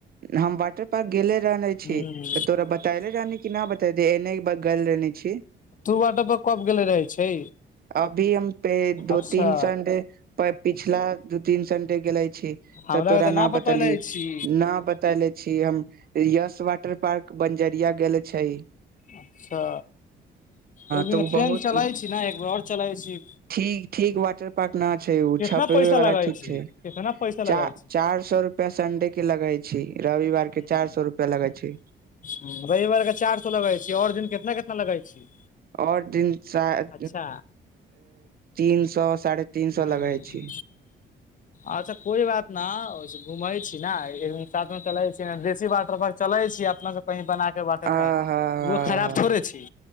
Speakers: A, on the right; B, on the left.
A: हम वाटर पार्क गेले रहने
B: हूं
A: छी तऽ तोरा बतैले रहने कि नहि बताे दे एने ब गेल रहने छि।
B: तू वाटर पार्क कब गेले रहै छै
A: अभी हम पे दो
B: अच्छा
A: तीन संडे प पिछला दू तीन संडे गेलैय। छी
B: हमरा
A: तऽ तोरा
B: के
A: न
B: बतैले
A: बतली
B: छी
A: न। बतैले छी हम यश वाटर पार्क। बंजरिया गेले छै। ह
B: अच्छा एक दिन
A: तऽ ओ
B: फेन
A: बहुत
B: चलै छी ने एक बेर आओर चलै छी
A: ठीक ठीक वाटर पार्क न छै ओ
B: कितना
A: छपेबे
B: पैसा लगै
A: वाला ठीक
B: छी
A: छै
B: कितना पैसा लगै
A: चार चार सौ रुपआ संडे के लगै छी। रविवार
B: छी
A: के चार सौ रुपआ लगै छै।
B: रविवार के चार सौ लगै छी। आओर दिन कितना-कितना लगै छी।
A: आओर दिन साढ
B: अच्छा
A: तीन सौ साढ़े तीन
B: ह
A: सौ लगै छी।
B: अच्छा कोई बात न घूमै छी ने एक दिन साथ मे चलै छी देशी वाटर पार्क चलै छी अपना सब कही बनाक वाटर
A: आ
B: पार्क
A: हा हा
B: ओ खराब
A: हा
B: थोड़े छै